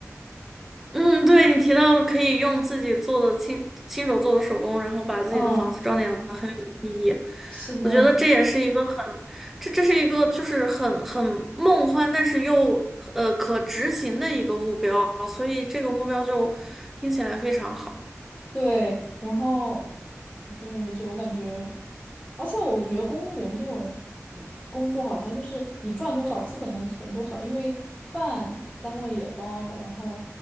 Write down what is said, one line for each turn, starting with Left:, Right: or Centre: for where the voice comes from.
Centre: 嗯，对，你提到了可以用自己做的亲亲手做的手工，然后把自己的房子装点的很有意义。
Left: 嗯，是的，
Centre: 我觉得这也是一个很，这这是一个就是很很梦幻，但是又呃可执行的一个目标，所以这个目标就听起来非常好。
Left: 对，然后对，就我感觉，而且我觉得公务员这种嗯工作好像就是你赚多少，基本能存多少，因为饭单位也包，然后